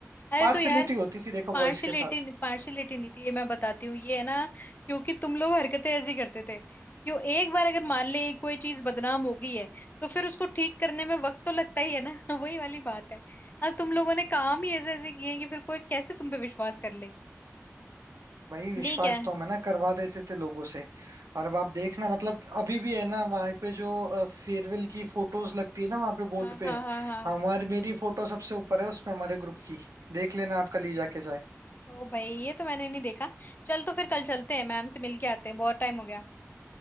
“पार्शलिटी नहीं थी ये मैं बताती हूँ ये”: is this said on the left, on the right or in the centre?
Left